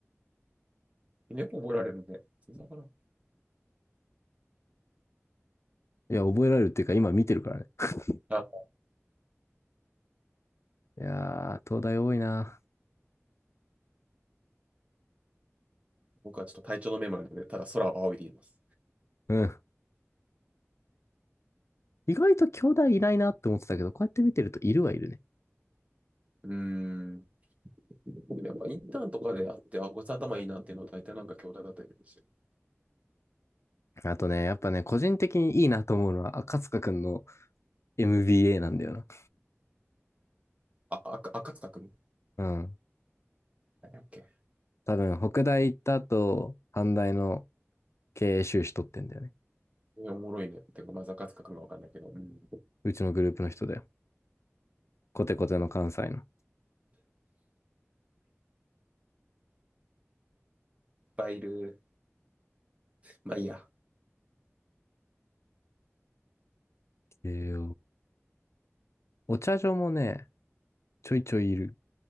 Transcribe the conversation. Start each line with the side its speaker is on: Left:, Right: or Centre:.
Right: い。よく覚えられるんで、全然わか
Left: い。いや、覚えられるっていうか、今見てるからね。<laughs>
Right: らん。あ、
Left: いやー、東大多いな。
Right: 僕はちょっと体調のメモなんで、ただ空を仰いでいます。
Left: うん。意外と京大いないなって思ってたけど、こうやって見てるといるはいるね。
Right: うーん。でもやっぱインターンとかであって、あ、こいつ頭いいなっていうのは大体なんか兄弟だったりするんですよ
Left: あとね、やっぱね、個人的にいいなと思うのは、赤塚くんの MBA なんだよな。
Right: あ、あ、赤塚く
Left: うん。
Right: なんだっけ
Left: 多分、北大行った後、阪大の経営修士取ってんだよね。
Right: おもろいね。てか、まあ、ザカツカ君がわかんないけど。うん
Left: うちのグループの人だよ。コテコテの関西の。
Right: バイル、まあいいや。
Left: 経営お茶所もね、ちょいちょいいる。